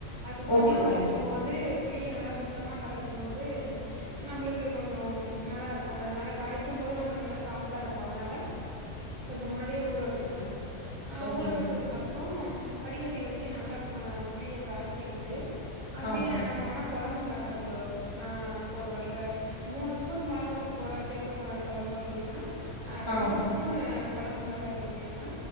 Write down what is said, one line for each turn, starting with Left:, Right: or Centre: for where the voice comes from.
Right: அ சுத்தமா
Left: ஓகே ஓகேங்
Right: கரைக்கும்போது புளிய நல்லா சுத்தமா கரைக்கும்போது நம்ளுக்கு கொஞ்சோ நல்லா இருக்கு அதனால கரைக்கு போது நம்ளுக்கு நல்லா சாஃப்டா இருக்கு அதனால கொஞ்ச முன்னாடியே ஊற வெச்சிருவே
Left: ஓகே
Right: ஊற லெச்சதுக்கு அப்புறோ வடிக்கட்டி வெச்சு நல்லா மா புளிய கரச்சிக்கிட்டு அதுலையு
Left: ஆம்
Right: நா என்ன பண்ணுவேனா கெழம்பு மெளகா தூளு நா போடுவே இப்ப மூணு ஸ்பூன் மெளகாதூள் போட சேர்க்க போற அந்த கொழம்பு அப்டின்னா அ ரெண்டு
Left: ஆ
Right: ஸ்பூன்னு கொழம்பு மெளகா தூள் சேப்பே